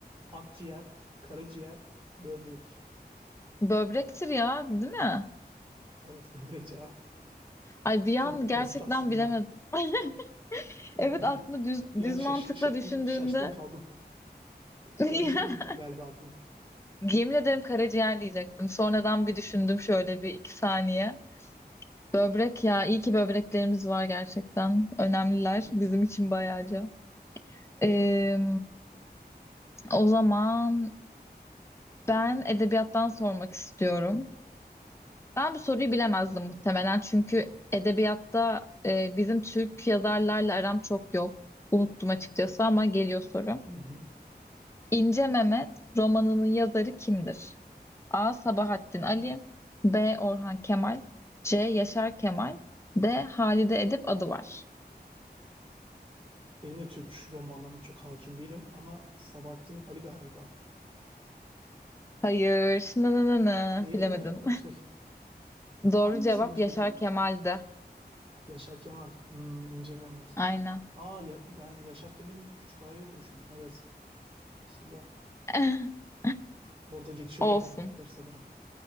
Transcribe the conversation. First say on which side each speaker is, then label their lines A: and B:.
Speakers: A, on the right; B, on the left.
A: akciğer, karaciğer, böbrek.
B: Böbrektir ya, değil mi?
A: Evet, <laughs> böbrek cevap.
B: Ay bir
A: Çok
B: an gerçekten
A: basit aslında.
B: bilemedim. <laughs>
A: <laughs>
B: Evet aslında düz,
A: Bir
B: düz
A: an şaş-
B: mantıkla
A: şa-
B: düşündüğünde
A: bir şaştın kaldın.
B: <laughs>
A: Karaciğer gitti galiba aklın.
B: yemin ederim karaciğer diyecektim. Sonradan bir düşündüm şöyle bir iki saniye. Böbrek ya iyi ki böbreklerimiz var gerçekten. Önemliler
A: Evet.
B: bizim için bayağıca. Ee, o zaman Ben edebiyattan sormak istiyorum. Ben bu soruyu bilemezdim muhtemelen çünkü edebiyatta e, bizim Türk yazarlarla aram çok yok. Unuttum açıkçası ama geliyor soru.
A: Hı hı.
B: İnce Mehmet romanının yazarı kimdir? A. Sabahattin Ali B. Orhan Kemal C. Yaşar Kemal D. Halide Edip Adıvar
A: Benim de Türk romanlarına çok hakim değilim ama Sabahattin Ali galiba.
B: Hayır. Nı nı nı nı.
A: Değil
B: Bilemedim.
A: mi? Tüh.
B: <laughs> Doğru
A: Hangisiymiş
B: cevap Yaşar
A: peki?
B: Kemal'de.
A: Yaşar Kemal. Hmm, İnce Mehmet.
B: Aynen.
A: Aa ya, ben Yaşar Kemal'in Küçük Ağa'yı okumuştum. Evet. Aslında
B: <laughs>
A: orada geçiyordu
B: Olsun.
A: karakter sanırım.